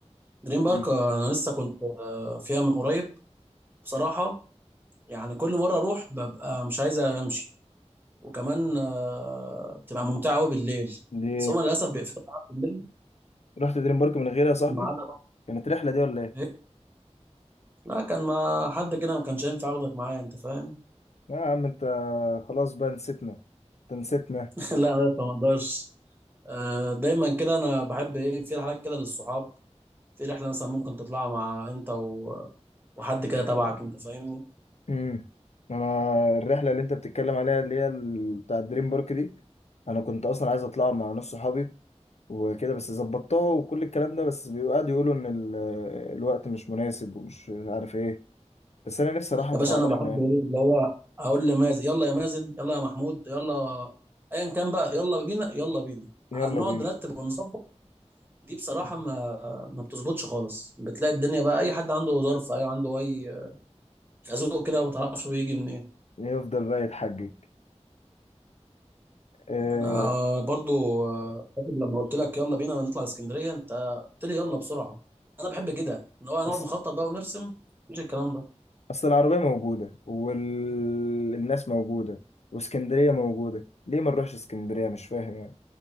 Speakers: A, on the right; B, on the left.
A: دريم بارك
B: مم.
A: آه، انا لسه كنت آه، فيها من قريب بصراحه يعني كل مرة أروح ببقى مش عايز أمشي وكمان آه، بتبقى ممتعة أوي بالليل
B: دي
A: بس هما للأسف بيقفلوا على بالليل
B: رحت دريم بارك من غيري يا صاحبي
A: ما عدا رحت
B: كانت رحلة دي ولا ايه؟
A: إيه لا كان ما حد كده ما كانش ينفع أخدك معايا أنت فاهم
B: لا يا عم انت خلاص بقى نسيتنا انت نسيتنا
A: <laughs> لا يا اسطى ما أقدرش آه، دايما كده أنا بحب إيه في رحلات كده للصحاب في رحلة مثلا ممكن تطلعها مع أنت و... وحد كده تبعك أنت فاهمني
B: امم انا الرحلة اللي انت بتتكلم عليها اللي هي ال- بتاع دريم بارك دي انا كنت اصلا عايز اطلع مع نص صحابي وكده بس ظبطتها وكل الكلام ده بس بيقعدوا يقولوا ان ال- الوقت مش مناسب ومش عارف ايه بس انا نفسي راح اطلع
A: يا باشا أنا
B: رحلة
A: بحب
B: يعني.
A: إيه اللي هو أقول لمازن يلا يا مازن يلا يا محمود يلا أيا كان بقى يلا بينا يلا بينا
B: يلا
A: نقعد
B: بينا
A: نرتب ونظبط دي بصراحة ما ما بتظبطش خالص بتلاقي الدنيا بقى أي حد عنده ظرف أي عنده أي خازوق كده ما تعرفش بيجي منين
B: يفضل بقى يتحجج أه
A: أنا برضو آه، فاكر لما قلت لك يلا بينا نطلع اسكندرية أنت قلت لي يلا بسرعة أنا بحب كده إن هو هنقعد
B: بس
A: نخطط بقى ونرسم مش الكلام ده
B: اصل العربية موجودة والناس موجودة واسكندرية موجودة ليه ما نروحش اسكندرية مش فاهم يعني